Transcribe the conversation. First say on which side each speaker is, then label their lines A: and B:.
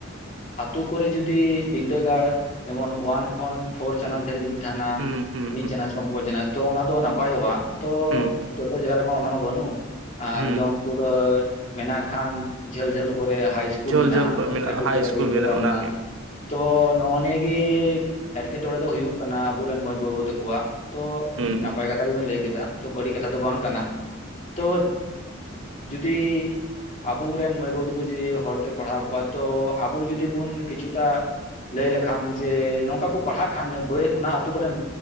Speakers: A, on the left; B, on the right.
A: ᱟᱹᱛᱩ ᱠᱚᱨᱮ ᱡᱩᱚᱫᱤ ᱵᱽᱫᱟᱹᱜᱟᱲ ᱡᱮᱢᱚᱱ ᱳᱣᱟᱱ ᱠᱷᱚᱱ ᱯᱷᱳᱨ ᱪᱟᱱᱟᱪ
B: ᱦᱩᱸ
A: ᱫᱷᱟᱹᱨᱤᱡ ᱡᱩᱫᱤ ᱛᱟᱦᱮᱱᱟ
B: ᱦᱩᱸ
A: ᱾
B: ᱦᱩᱸ
A: ᱢᱤᱫ
B: ᱦᱩᱸ
A: ᱪᱟᱱᱟᱪ ᱠᱷᱚᱱ ᱯᱷᱳᱨ ᱪᱟᱱᱟᱪ ᱛᱚ ᱚᱱᱟᱫᱚ ᱱᱟᱯᱟᱭᱚᱜᱼᱟ ᱛᱚ
B: ᱦᱩᱸ
A: ᱡᱚᱛᱚ ᱡᱟᱭᱜᱟ ᱨᱮᱢᱟ ᱚᱱᱟᱢᱟ ᱵᱟᱹᱱᱩᱜ ᱾ <unintelligible>
B: ᱦᱩᱸ
A: ᱯᱩᱨᱟᱹ ᱢᱮᱱᱟᱜ ᱠᱷᱟᱱ ᱡᱷᱟᱹᱞ ᱡᱷᱟᱹᱞ ᱠᱚᱨᱮ ᱦᱟᱭ ᱤᱥᱠᱩᱞ
B: ᱡᱷᱟᱹᱞ
A: ᱢᱮᱱᱟᱜᱼᱟ
B: ᱡᱷᱟᱹᱞ ᱠᱚᱨᱮ
A: ᱞᱟᱹᱴᱩ
B: ᱦᱟᱭ
A: ᱠᱚᱨᱮ
B: ᱤᱥᱠᱩᱞ
A: ᱵᱤᱫᱽᱫᱟᱹᱜᱟᱲ
B: ᱚᱱᱟᱜᱮ
A: ᱢᱮᱱᱟᱜᱼᱟ ᱾ ᱛᱚ ᱱᱚᱜᱼᱚ ᱱᱤᱭᱟᱹ ᱜᱮᱤ ᱮᱴᱠᱮᱴᱚᱲᱮ ᱫᱚ ᱦᱩᱭᱩᱜ ᱠᱟᱱᱟ ᱟᱵᱚᱨᱮᱱ ᱢᱟᱹᱭ ᱵᱟᱹᱵᱩ ᱛᱟᱠᱚᱣᱟᱜ ᱾ ᱛᱚ
B: ᱦᱩᱸ
A: ᱱᱟᱯᱟᱭ ᱠᱟᱛᱷᱟ ᱜᱮᱵᱮᱱ ᱞᱟᱹᱭ ᱠᱮᱫᱟ ᱛᱚ ᱵᱟᱹᱲᱤᱡ ᱠᱟᱛᱷᱟ ᱫᱚ ᱵᱟᱝ ᱠᱟᱱᱟ, ᱛᱚ ᱡᱩᱫᱤ ᱟᱵᱚᱨᱮᱱ ᱢᱟᱹᱭ ᱵᱟᱹᱵᱩ ᱛᱟᱠᱚ ᱡᱩᱫᱤ ᱦᱚᱲᱛᱮ ᱯᱟᱲᱦᱟᱣ ᱠᱚᱣᱟ ᱛᱚ ᱟᱵᱚ ᱡᱩᱫᱤ ᱵᱚᱱ ᱠᱤᱪᱷᱩᱴᱟ ᱞᱟᱹᱭ ᱞᱮᱠᱷᱟᱱ ᱡᱮ ᱱᱚᱝᱠᱟ ᱠᱚ ᱯᱟᱲᱦᱟᱜ ᱠᱷᱟᱱ ᱚᱱᱟ ᱟᱹᱛᱩ ᱠᱚᱨᱮᱱ